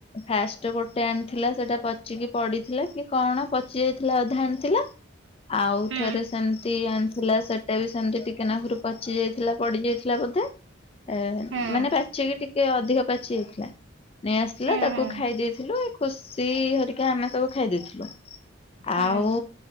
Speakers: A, on the left; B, on the right.
A: ଫାଷ୍ଟ ଗୋଟେ ଆଣିଥିଲା ସେଇଟା ପଚିକି ପଡିଥିଲା କି କଣ ପଚି ଯାଇଥିଲା ଅଧା ଆଣିଥିଲା। ଆଉ
B: ହୁଁ
A: ଥରେ ସେମିତି ଆଣିଥିଲା ସେଟା ବି ସେମିତି ଟିକେ ନାକୁରୁ ପଚିଯାଇ। ଥିଲା ପଡି ଯାଇଥିଲା ବୋଧେ ଏ
B: ହୁଁ
A: ମାନେ ପାଚିକି ଟିକେ ଅଧିକ ପାଚି ଯାଇଥିଲା। ନେଇ ଆସିଥିଲା
B: ହୁଁ
A: ତାକୁ
B: ହୁଁ
A: ଖାଇ ଦେଇେଇଥିଲୁ ଖୁସି ଘରିକି ଆମେ ସବୁ ଖାଇ ଦେଇଥିଲୁ।
B: ହୁଁ
A: ଆଉ